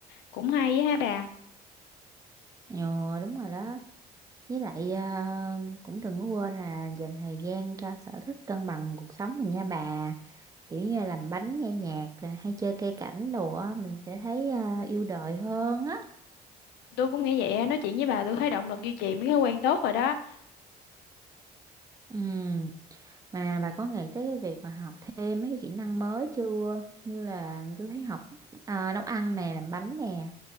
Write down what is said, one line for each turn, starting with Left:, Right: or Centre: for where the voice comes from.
Left: cũng hay á ha bà.
Right: ừ, đúng rồi đó với lại ờ, cũng đừng có quên là dành thời gian cho sở thích cân bằng cuộc sống mình nha bà kiểu như là làm bánh nghe nhạc rồi hay chơi cây cảnh đồ á mình sẽ thấy ờ, yêu đời hơn á
Left: tôi cũng nghĩ vậy á, nói chuyện với bà tôi thấy động lực duy trì mấy thói quen tốt rồi đó
Right: ừ mà bà có nghĩ tới cái việc mà học thêm mấy cái kỹ năng mới chưa như là tôi thấy học ờ, nấu ăn nè làm bánh nè